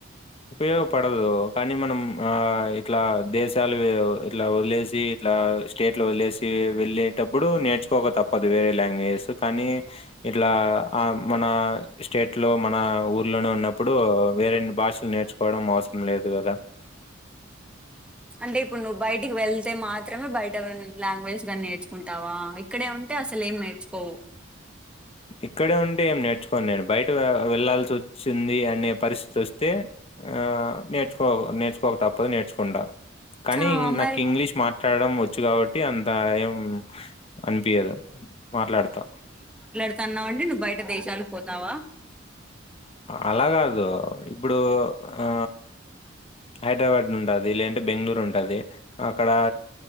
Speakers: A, on the left (about 30°); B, in the centre.
A: ఉపయోగపడదు కానీ మనం ఆ ఇట్లా దేశ చాలువి ఇలా ఒలేసి ఇలా స్టేట్లో వదిలేసి వెళ్ళేటప్పుడు నేర్చుకోక తప్పదు వేరే లాంగ్వేజెస్ కానీ ఇట్లా ఆ మన స్టేట్లో మన ఊర్లోనే ఉన్నప్పుడు వేరెన్ భాష్ నేర్చుకోవడం అవసరం లేదు కదా
B: అంటే ఇప్పుడు నువ్వు బయటికి వెళ్తే మాత్రమే బయట లాంగ్వేజ్ గానీ నేర్చుకుంటావా ఇక్కడే ఉంటే అసలు ఏం నేర్చుకోవు
A: ఇక్కడే ఉంటే ఏం నేర్చుకోని నేను బయట వెళ్ళాలల్సి వచ్చింది అనే పరిస్థితి వస్తే ఆ నేర్చు నేర్చుకోక తప్పదు నేర్చుకో కుం కానీ
B: ఆ
A: నాకు
B: మరి
A: ఇంగ్లీష్ మాట్లాడడం వచ్చు కాబట్టి అంత ఏం అనిపియదు మాట్లాడతా
B: న్నావండి నువ్వు బయట దేశాలకు పోతావా
A: అలా కాదు ఇప్పుడు ఆ హైదరాబాద్ నుండది లేంటి బెంగళూరు ఉంటుది అక్కడ